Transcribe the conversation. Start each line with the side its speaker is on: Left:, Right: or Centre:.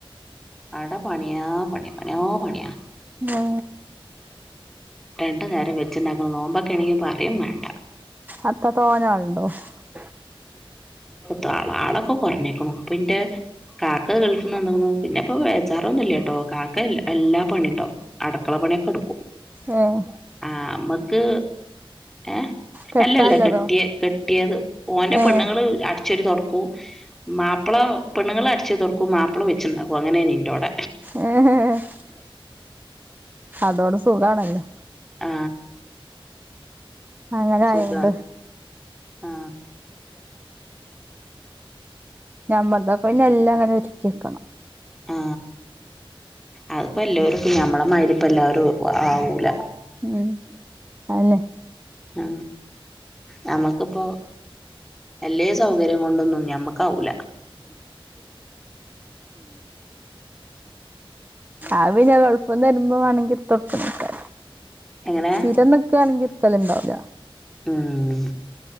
Centre: അട പണിയാ പണിയ പണിയോ പണിയാ
Right: ആ
Centre: രണ്ടു നേരം വെച്ചിണ്ടാക്കണം നോമ്പൊക്കൊണെങ്കി പറയും വേണ്ട
Right: അത്ര <unintelligible>
Centre: താള് താളൊക്കെ കുറഞ്ഞേക്കണു ഇപ്പന്റെ കാക്ക ഗൾഫിന്ന് വന്നേക്കണു പിന്നെ ഇപ്പ വേജാറൊന്നും ഇല്ലട്ടോ കാക്ക എല്ലാ പണി ഇണ്ടാവും അടക്കള പണിയൊക്കെ എടുക്കും
Right: ഇം
Centre: ആ അമ്മക്ക് എ
Right: കെട്ടാല്ലതോ
Centre: അല്ലല്ല കെട്ടിയ കെട്ടിയത് ഓൻ ന്റെ
Right: ഏഹ്
Centre: പെണ്ണുങ്ങള് അ ടിച്ചിട്ട് തൊടക്കു മാപ്പിള പെണ്ണുങ്ങള് അടിച്ച് തൊടക്കും മാപ്പള വെച്ച്ണ്ടാക്കും അങ്ങനെയാണ് എന്റോട
Right: <unintelligible> അതോട് സുഖാണല്ലോ
Centre: ആ
Right: അങ്ങന
Centre: സുഖം
Right: ആയോണ്ട്
Centre: ആ
Right: ഞമ്മക്കൊക്കെ പിന്നെ എല്ലാം അങ്ങനെ ഒരുക്കി വക്കണം
Centre: ആ അതിപ്പോ എല്ലാവരും ഇപ്പ നമ്മളമായിരി ഇപ്പം എല്ലാവരും ആവൂല്ല
Right: ഉം അതെ
Centre: ആ നമ്മക്കിപ്പോ അല്ലേ സൗകര്യം കൊണ്ടൊന്നും ഞമ്മക്കാവൂല്ല
Right: ആവി ഞാൻ ഗൾഫിൽന്ന് വരുമ്പോ വേണെങ്കി ഇടുത്തു കൊടുക്കാ
Centre: എങ്ങനെ
Right: സ്ഥിരം നിക്കുവാണെങ്കി <unintelligible>
Centre: ഉം